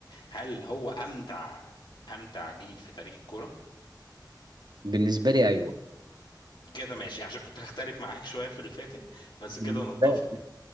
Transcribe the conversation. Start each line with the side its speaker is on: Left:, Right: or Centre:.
Left: هل هو امتع امتع جيل في تاريخ الكورة
Right: بالنسبه لي ايوه
Left: كده ماشي عشان كنت هختلف معاك شوية في اللي فاتت بس
Right: بالنسبه
Left: كده نتفق